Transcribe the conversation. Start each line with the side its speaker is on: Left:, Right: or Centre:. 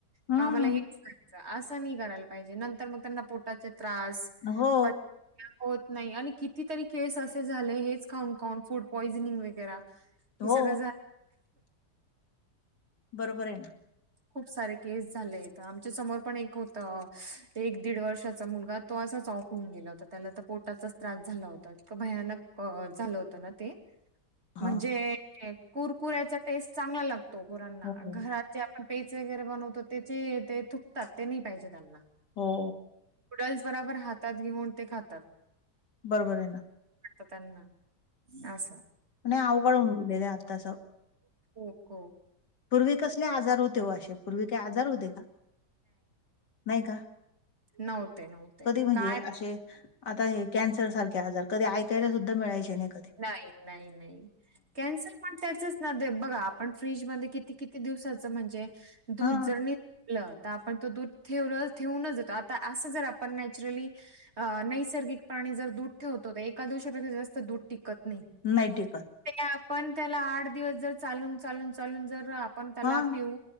Left: हम्म
Right: कामाला हेच असं नाही करायला पाहिजे नंतर मग त्यांना पोटाचे त्रास.
Left: हो,
Right: पचन होत नाही आणि कितीतरी केस असे झाले हेच खाऊन खाऊन फूड पॉइजनिंग वगैरे. हे
Left: हो
Right: सगळं झा
Left: बरोबर आहे ना
Right: खूप सारे केस झाले आहेत आमच्या समोर पण एक होत एक दीड वर्षाचा मुलगा तो असाच ऑफ होऊन गेलं होत त्याला तर पोटाचाच त्रास झाला होता इतकं भयानक झालं होत ते
Left: हा
Right: म्हणजे कुरकुऱ्याचा टेस्ट चांगला लागतो तो पुरांना
Left: हो हो
Right: घरात जे आपण पेच वगैरे बनवतो त्याचे ते थुकतात ते नाही पाहिजे त्यांना
Left: हो
Right: नूडल्स बरोबर हातात घेऊन ते खातात
Left: बरोबर आहे ना
Right: वा त्यांना असं
Left: आणि अवघडूनन उलेले आत्तास
Right: ओको
Left: पूर्वी कसले आजार होते व अशे पूर्वी काय आजार होते का नाही का
Right: नव्हते, नव्हते
Left: कधी म्हणजे
Right: काय
Left: असे आता हे कॅन्सर सारखे आजार कधी ऐकायला सुद्धा मिळाय नाही कधी
Right: नाही नाही नाही कॅन्सर पण त्याचच ना दे बघा आपण फ्रीजमध्ये किती किती दिवसाचं म्हणजे दूध
Left: हा
Right: जरलं तर आपण तो दूर ठेव ठेवूनच देतो आता असं जर आपण नॅचरली. अ नैसर्गिक प्राणी जर दूध ठेवतो तर एका दिवशीपेक्षा जास्त दूध टिकत नाही.
Left: नाहीटिकल.
Right: ते आपण त्याला आठ दिवस जर चालून चालून चालून जर आपण त्याला
Left: हा
Right: पिऊ.